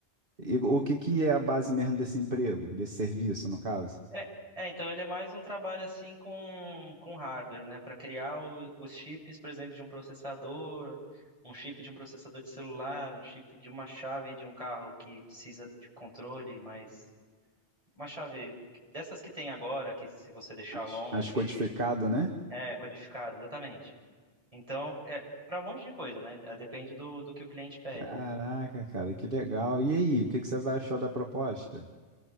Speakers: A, on the right (about 60°); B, on the right (about 35°).
A: E o que que é a base mesmo desse emprego, desse serviço, no caso?
B: é, é, então ele é mais um trabalho assim com, com hardware, né? Para criar o- os chips, por exemplo, de um processador, um chip de um processador de celular, um chip de uma chave de um carro que precisa de controle, mas uma chave dessas que tem agora, que se você deixar
A: As,
B: longe,
A: as codificado, né?
B: é codificado, exatamente. Então, é para um monte de coisa, né? É, Depende do, do que o cliente pede,
A: Caraca,
B: né?
A: cara, que legal. E aí, o que que você vai achou da proposta?